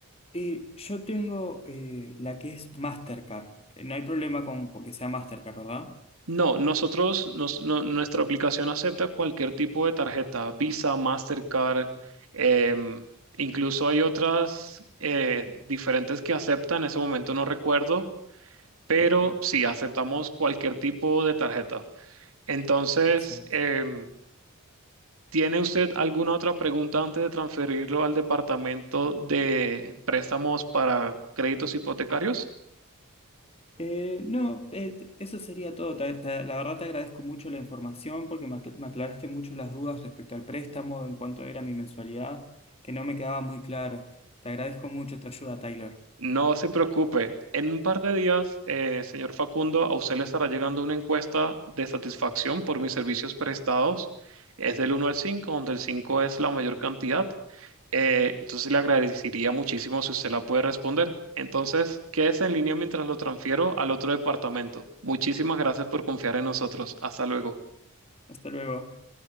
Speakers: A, on the left; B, on the right.
A: Y yo tengo eh, la que es Mastercard. Eh, No hay problema con, con que sea Mastercard, ¿verdad?
B: No, nosotros, nos- no- nuestra aplicación acepta cualquier tipo de tarjeta, Visa, Mastercard, em, incluso hay otras eh, diferentes que aceptan, en ese momento no recuerdo, pero
A: Perfecto.
B: sí aceptamos cualquier tipo de tarjeta. Entonces,
A: Excelente.
B: em, ¿tiene usted alguna otra pregunta antes de transferirlo al departamento de préstamos para créditos hipotecarios?
A: Eh, no, eh, t- eso sería todo. Te- te- la verdad te agradezco mucho la información porque me, acla- me aclaraste mucho las dudas respecto al préstamo en cuanto era mi mensualidad, que no me quedaba muy claro. Te agradezco mucho tu ayuda, Tyler.
B: No se preocupe. En un par de días, eh, señor Facundo, a usted le estará llegando una encuesta de satisfacción por mis servicios prestados. Es del uno al 5, donde el 5 es la mayor cantidad Eh, entonces le agradecería muchísimo si usted la puede responder. Entonces, quédese en línea mientras lo transfiero al otro departamento. Muchísimas gracias por confiar en nosotros. Hasta luego.
A: Hasta luego.